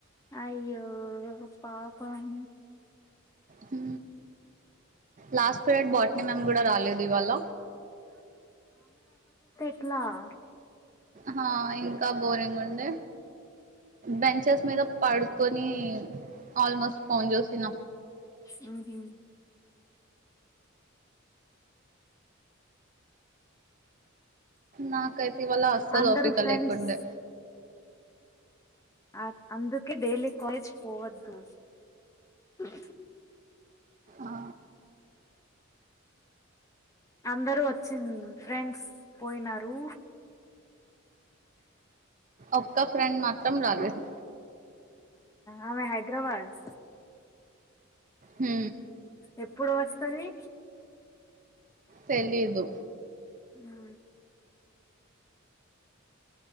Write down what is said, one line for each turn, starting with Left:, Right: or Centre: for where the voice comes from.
Left: అయ్యో పాపం
Right: హు లాస్ట్ పీరియడ్ బాటినీ మ్యామ్ కూడా రాలేదు ఇవాళ
Left: తిన్నావా
Right: హా ఇంకా బోరింగ్ ఉండే బెంచెస్ మీద పడుకొని ఆల్మోస్ట్ ఫోన్ చూసిన
Left: ఆహా
Right: నాకైతే ఇవాళ అస్సలు
Left: అందరు
Right: ఓపిక
Left: ఫ్రెండ్స్
Right: లేకుండే
Left: ఆక అందుకే డైలీ కాలేజ్ పోవద్దు అ
Right: ఆ
Left: అందరూ వచ్చింది ఫ్రెండ్స్ పోయినారు
Right: ఒక్క ఫ్రెండ్ మాత్రం రాలేదు
Left: అమె హైదరాబాద్
Right: హు
Left: ఎప్పుడు వస్తుంది
Right: తెలీదు.
Left: హా